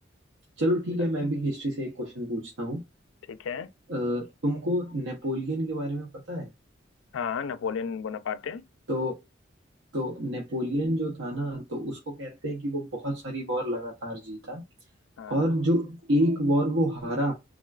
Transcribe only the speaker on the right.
चलो ठीक
है मैं भी हिस्ट्री से एक क्वेश्चन पूछता हूँ
अ, तुमको नेपोलियन के बारे में पता है
तो तो नेपोलियन जो था ना तो उसको कहते हैं कि वो बहुत सारी वॉर लगातार जीता
और जो एक वॉर वो हारा